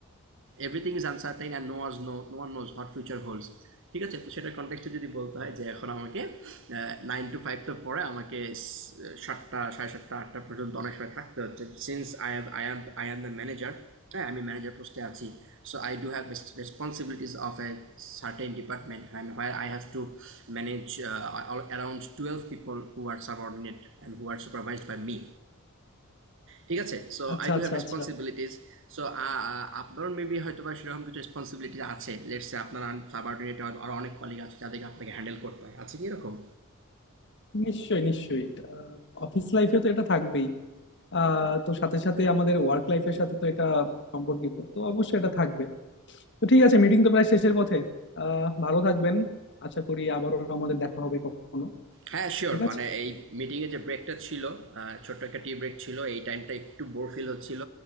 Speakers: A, on the right; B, on the left.
A: everything is uncertain and no was no no one knows what future holds ঠিক আছে তো সেটার কনটেক্সটে যদি বলতে হয় যে এখন আমাকে নাইন টু ফাইভ তো পরে আমাকে স- সাতটা সাড়ে সাতটা আটটা পর্যন্ত অনেক সময় থাকতে হচ্ছে Since আই হ্যাভ আই হ্যাভ I am the manager হ্যাঁ আমি ম্যানেজার পোস্টে আছি So I do have responsibilities of a certain department and where I have to manage around টুয়েলভ people who are subordinate and who are supervised by me ঠিক আছে so
B: আচ্ছা
A: I do
B: আচ্ছা
A: have responsibilities
B: আচ্ছা
A: So আপনার মেবি হয়তো বা সেরকম কিছু রেসপন্সিবিলিটি আছে লেটস সে আপনার সাবার্ডিনেট আর অনেক কলিগ আছে যাদেরকে আপনাকে হ্যান্ডেল করতে হয় আছে কি এরকম
B: নিশ্চয়ই নিশ্চয়ই অফিস লাইফে তো এটা থাকবেই আহ তো সাথে সাথে আমাদের ওয়ার্ক লাইফের সাথে তো এটা সম্পর্কিত তো অবশ্যই এটা থাকবে তো ঠিক আছে মিটিং তো প্রায় শেষের পথে আহ ভালো থাকবেন আশা করি আবারও আমাদের দেখা হবে কখনো
A: হ্যাঁ শিওর
B: ঠিক
A: মানে
B: আছে
A: এই মিটিংয়ে যে ব্রেকটা ছিল আহ, ছোট্ট একটা টি ব্রেক ছিল এই টাইমটা একটু বোর ফিল হচ্ছিল